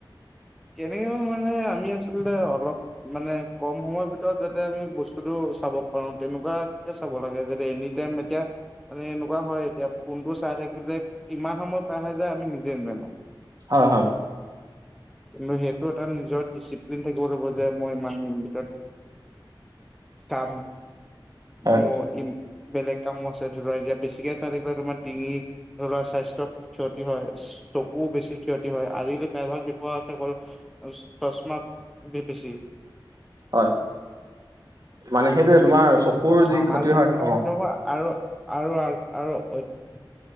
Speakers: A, in the centre; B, on the right.
A: কেনেকে মানে আমি আছ লতে মানে অলপ মানে কম সময়ৰ ভিতৰত যাতে আমি বস্তুতটো চাব পাৰো, তেনেকুৱাকে চাব হ'ব লাগে যাতে, এনিটাইম এতিয়া মানে এনেকুৱা হয় এতিয়া ফোনটো চাই থাকিলে কিমান সময় পাৰ হয় যায়, আমি নিজে নাজানো।
B: হয়, হয়।
A: কিন্তু সেইটো এটা নিজৰ ডিচিপ্লিন থাকিব বহুত হ'ব যে মই ইমান ভিতৰত চাম
B: হয়
A: অ' ই। বেলেগ কামো আছে, ধৰি লোৱা এতিয়া বেছিকে চাই থাকিলে, তোমাৰ ডিঙি ধৰি লোৱা স্বাস্থ্যত ক্ষতি হয়। চকু বেছি ক্ষতি হয় আজিকালি প্ৰায়ভাগ পোৱা হৈছে অকল চশমা বেছি।
B: হয়, মানে সেইটোয়ে তোমাৰ চকুৰ
A: সামাজিক
B: যি ক্ষতি হয়
A: মাধ্যম
B: অ'।
A: আৰু আৰু, আৰু, অইত